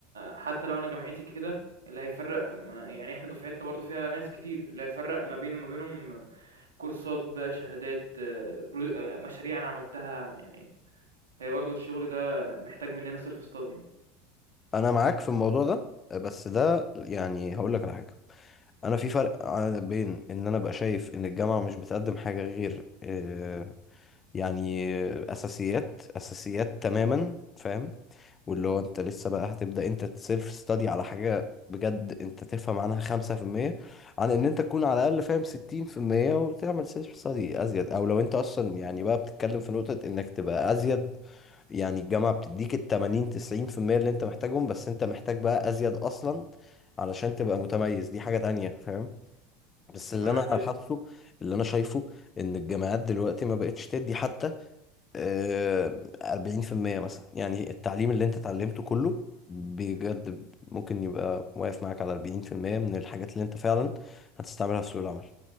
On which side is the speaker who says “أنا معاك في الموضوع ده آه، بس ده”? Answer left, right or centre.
Left